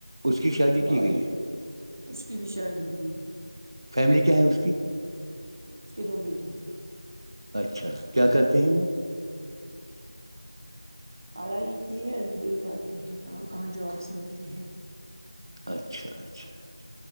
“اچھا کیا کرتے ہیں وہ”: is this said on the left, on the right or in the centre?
Right